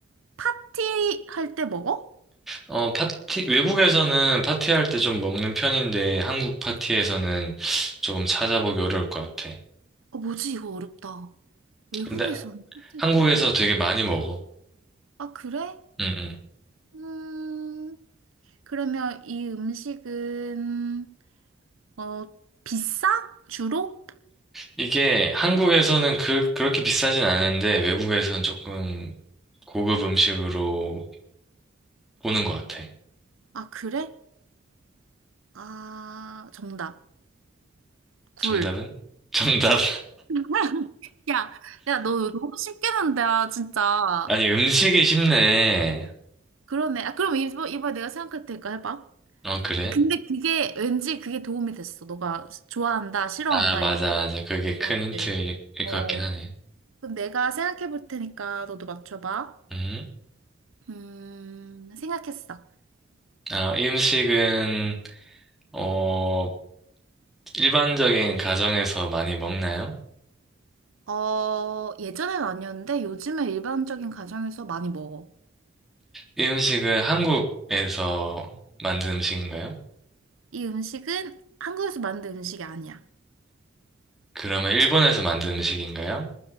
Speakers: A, on the right (about 80°); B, in the centre.
A: 파티할 때 먹어?
B: 어, 파티, 외국에서는 파티할 때 좀 먹는 편인데, 한국 파티에서는 조금 찾아보기 어려울 것 같아.
A: 어, 뭐지? 이거 어렵다. 외국에서는
B: 근데
A: 파티할
B: 한국에서
A: 때 많이 먹어.
B: 되게 많이 먹어.
A: 아, 그래?
B: 응, 응.
A: 음, 그러면 이 음식은 어, 비싸? 주로?
B: 이게 한국에서는 그, 그렇게 비싸진 않은데, 외국에서는 조금 고급 음식으로 보는 것 같아.
A: 아, 그래? 아, 정답. 굴.
B: 정답은? <laughs> 정답.
A: <laughs> 야, 야, 너 너무 쉽게 낸다, 진짜.
B: 아니, 음식이 쉽네.
A: 그러네. 아, 그럼 이번, 이번에 내가 생각할 테니까 해봐. 아,
B: 어, 그래?
A: 근데 그게 왠지 그게 도움이 됐어. 너가 좋아한다, 싫어한다,
B: 아, 맞아,
A: 이런
B: 맞아. 그게 큰
A: 거. 어때?
B: 힌트일 것
A: 어.
B: 같긴 하네.
A: 그럼 내가 생각해 볼 테니까 너도 맞춰봐.
B: 음?
A: 음, 생각했어.
B: 아, 이 음식은, 어, 일반적인 가정에서 많이 먹나요?
A: 어, 예전엔 아니었는데 요즘에 일반적인 가정에서 많이 먹어.
B: 이 음식은 한국에서 만든 음식인가요?
A: 이 음식은 한국에서 만든 음식이 아니야.
B: 그러면 일본에서 만든 음식인가요?